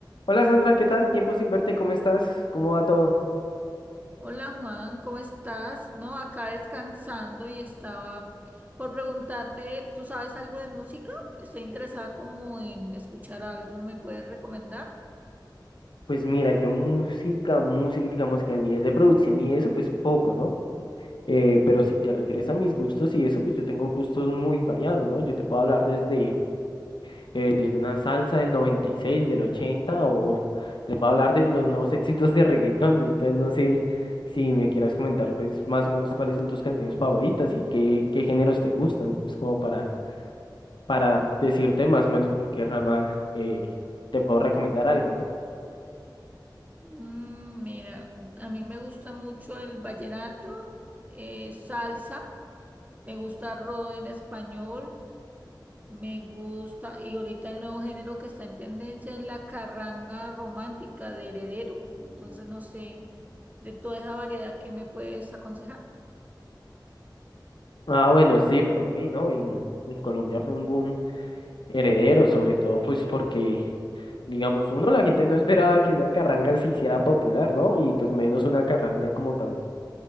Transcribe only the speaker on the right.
Hola Juan, ¿cómo estás? No, acá descansando y estaba por preguntarte, ¿tú sabes algo de música? Estoy interesada como en escuchar algo, ¿me puedes recomendar?
Mm, mira, a mí me gusta mucho el vallenato, eh, salsa, me gusta rock en español, me gusta, y ahorita el nuevo género que está en tendencia es la carranga romántica de Heredero. Entonces, no sé, de toda esa variedad, ¿qué me puedes aconsejar?